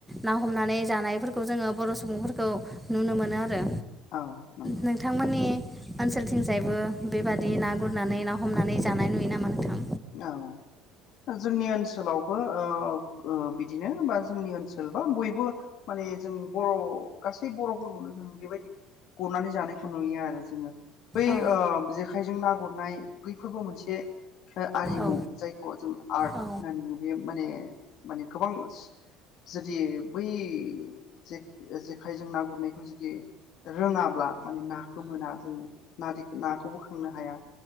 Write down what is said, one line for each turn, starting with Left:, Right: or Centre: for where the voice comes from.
Centre: ना हमनानै जानायफोरखौ जोङो बर' सुबुंफोरखौ नुनो मोनो आरो‌।
Left: औ नंगौ
Centre: नोंथांमोननि ओनसोलथिंजायबो बेबादि ना गुरनानै ना हमनानै जानाय नुयो नामा नोंथां?
Left: औ। जोंनि ओनसोलावबो ओ ओ बिदिनो बा जोंनि ओनसोल बा बयबो माने जों बर' गासै बर'फोरखौनो जों बेबायदि गुरनानै जानायखौ नुयो आरो जोङो। बै
Centre: औ
Left: ओ जेखायजों ना गुरनाय बैफोरबो मोनसे ओ आरिमु
Centre: औ
Left: जायखौ जों आर्ट होननानै
Centre: औ
Left: बुङो बे माने माने गोबां जुदि बै जे जेखाइजों ना गुरनायखौ जुदि रोङाब्ला माने नाखौ मोना जोङो नादि नाखौ बोखांनो हाया।